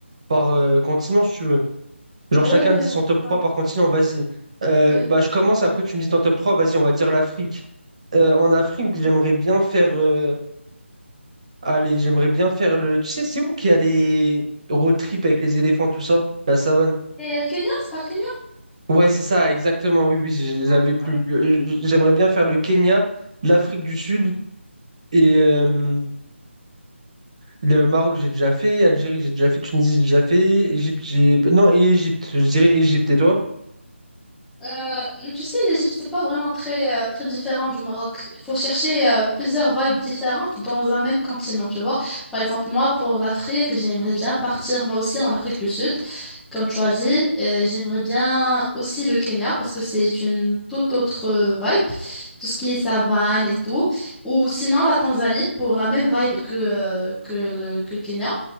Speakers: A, on the right (about 30°); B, in the centre.
A: par euh, continent, si tu veux. Genre
B: Ouais,
A: chacun
B: ouais, ouais,
A: dit son
B: on fait
A: top 3
B: ça.
A: par continent, vas-y. Euh,
B: Ouais.
A: bah, je commence, après tu me dis ton top 3 vas-y, on va dire l'Afrique. Euh, en Afrique, j'aimerais bien faire... euh, Allez, j'aimerais bien faire le... Tu sais, c'est vous qui allez road trip avec les éléphants, tout ça, la savane.
B: Et le Kenya, c'est pas le Kenya?
A: Ouais, c'est ça, exactement, oui, oui, je les
B: Ah,
A: avais plus.
B: ouais.
A: Le- J'aimerais bien faire le Kenya, l'Afrique du Sud et, euh, Le Maroc, j'ai déjà fait. Algérie, j'ai déjà fait. Tunisie, j'ai déjà fait. Égypte, j'ai. Non, et Égypte. Je dirais Égypte. Et toi?
B: Euh, tu sais, l'Égypte, c'est pas vraiment très, euh, très différent du Maroc. Il faut chercher euh, plusieurs vibes différentes dans un même continent, tu vois. Par exemple, moi, pour l'Afrique, j'aimerais bien partir, moi aussi, en Afrique du Sud, comme tu as dit. Euh, j'aimerais bien aussi le Kenya, parce que c'est une toute autre euh, vibe, tout ce qui est savane et tout. Ou sinon, la Tanzanie, pour la même vibe que, euh, que le que le Kenya.